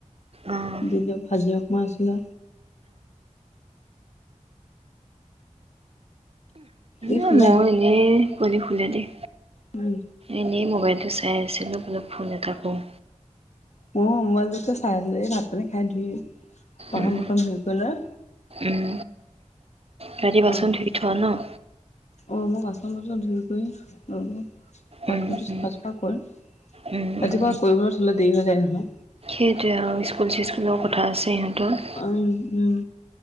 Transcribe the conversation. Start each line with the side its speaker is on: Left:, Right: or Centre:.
Right: অঁ অঁ
Left: দিলোঁ, ভাজি অকণ আছিলে। ই
Right: এ
Left: শুলে?
Right: মই এনেই, পোৱালি শুলে দেই।
Left: উম।
Right: এনেই মোবাইলটো চাই আছিলোঁ, বুলো ফোন এটা কৰোঁ।
Left: ময়ো মোবাইলটোকে চাই আছিলোঁ, এই ভাত পানী খাই ধুই বাচন-বৰ্তন
Right: উম
Left: ধুই কৰি লয়।
Right: উম, ৰাতি বাচন
Left: অ',
Right: ধুই থোৱা ন?
Left: অ', মই বাচন-বৰ্তন ধুই কৰি পাকঘৰটো
Right: উম উম
Left: চাফা-চফা কৰি,
Right: উম
Left: ৰাতিপুৱা
Right: উম
Left: কৰিবলৈ থলে দেৰি হৈ যায় নহয়।
Right: সেইটোৱে আৰু স্কুল-চিস্কুলৰ কথা আছে সিহঁতৰ।
Left: অম, উম।